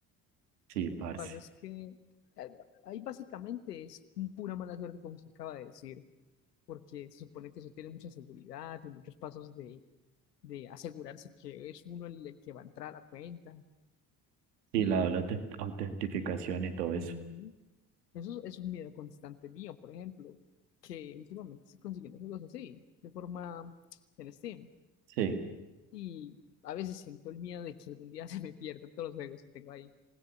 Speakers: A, on the right; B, on the left.
A: Sí, parce.
B: Lo que pasa es que eh, ahí básicamente es un pura mala suerte, como se acaba de decir, porque se supone que eso tiene mucha seguridad y muchos pasos de, de asegurarse que es uno el, el que va a entrar a la cuenta.
A: Sí,
B: Y
A: la doble
B: eh,
A: auten- autentificación y todo
B: ujú,
A: eso.
B: eso, eso es un miedo constante mío, por ejemplo, que últimamente estoy consiguiendo juegos así, de forma en Steam.
A: Sí.
B: y a veces siento el miedo de que algún día <laughs> se me pierdan todos los juegos que tengo ahí.